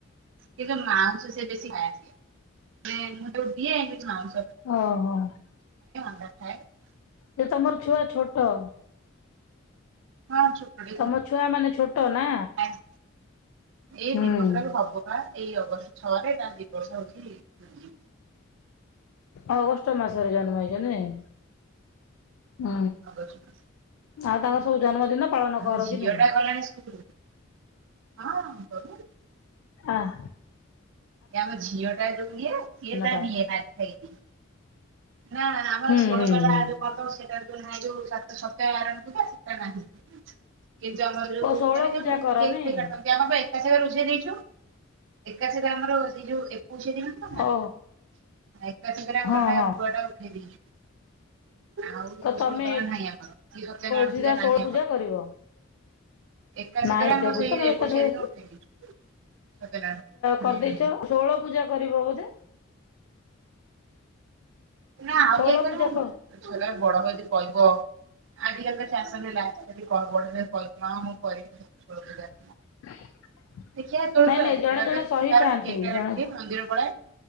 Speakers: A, on the right (about 60°); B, on the left (about 80°).
A: କିନ୍ତ ମାଉସ ସେ ବେଶୀ ଖାଏନି ମୁଁ ଯୋଉ ଦିଏ ମାଉ
B: ଓହୋ।
A: <inaudible>
B: ଯେ ତମର ଛୁଆ ଛୋଟ
A: ହଁ ଛୋଟ
B: ତମ ଛୁଆ ମାନେ ଛୋଟ ନା?
A: <unintelligible> ଏଇ
B: ହୁଁ
A: ଦିବସରାଳ ହବ ବା। ଏଇ ଅଗଷ୍ଟ ଛଅରେ ତାକୁ ଦି ବର୍ଷ ହଉଚି।
B: ଅଗଷ୍ଟ ମାସରେ ଜନ୍ମ ହେଇଚନ୍ତି ନାଇଁ? ହୁଁ
A: ଅଗଷ୍ଟ ମାସ
B: ଆଉ ତାଙ୍କର ସବୁ ଜନ୍ମଦିନ ପାଳନ
A: ଆମ
B: କର
A: ଝିଅ
B: କି ନାଇଁ?
A: ଟା ଗଲାଣି ସ୍କୁଲୁ ହଁ। କହୁନୁ
B: ଆଃ।
A: ଆମ ଝିଅ ଟା ଯଉ ନିଏ ସିଏ ତା
B: ଟା?
A: ନିଏନା <unintelligible> ନା ଆମର
B: ହୁଁ
A: ଷୋଳବଲା
B: ହୁଁ ହୁଁ।
A: ଆ ଯଉ କରିଦବ ସେଟା ଯୋ ସତ୍ୟବାରଣ ପୂଜା ସେଟା ନାହିଁ। କି ଜମ ଯଉ
B: ଓ ଷୋହଳ
A: ମାନେ
B: ପୂଜା
A: ଯଉ କେକେ
B: କର ନାଇଁ
A: ଫେକ କାଟନ୍ତି ଆମ ଏକାଶରେ ରୁଝେଇ ଦେଇଛୁ ଏକା ସହ ଆର ସେ ଯଉ <unintelligible>
B: ଓ
A: ଏକା ସାଙ୍ଗରେ
B: ହଁ
A: ପୁଅର
B: ହଁ
A: ଉଠେଇ ଦେଇ ଆଉ
B: ତ
A: କୁଶଳ
B: ତମେ
A: ଗଲା ନାହିଁ ଆମର <unintelligible> ଆଣିଥିଲେ
B: ସିଧା
A: ଯେ
B: ଷୋଳ
A: ନାହିଁ
B: ପୂଜା
A: ଆମର।
B: କରିବ
A: ଏକାଶୀ
B: ନାଇଁ
A: ରେ
B: ଏତେ
A: ଆମର
B: ପୂଜା
A: ସେଇ
B: ତମେ
A: ଏକୋଇସିଆ
B: ଏକା ସାଙ୍ଗେ
A: ଦିନ ଉଠେଇ ଦେଇଚୁ ସତ୍ୟନାରାୟଣ ହୁଁ
B: କରିଦେଇଚ ଷୋହଳ ପୂଜା କରିବ ବୋଧେ?
A: ନା ଆଉ
B: ଷୋହଳ
A: କେହି କରିବୁ
B: ପୂଜା କ
A: ଛୋ ବଡ ହବ ଜଦି କରବ ଆଜିକାଲି ତ ଚାଷ <unintelligible> ଗଡ ବଡ ହେଲେ କହିବ ମୁଁ କରିବି ନା ଶୋଳ ପୂଜା।
B: <inaudible>
A: ଦେଖିବା
B: ନାଇଁ ନାଇଁ ଜଣେ
A: ହେତେବେଳକୁ
B: ଜଣେ ସହିଥାନ୍ତି ଜଣେ
A: ଆଉ <unintelligible> ମନ୍ଦିର ବୋଳା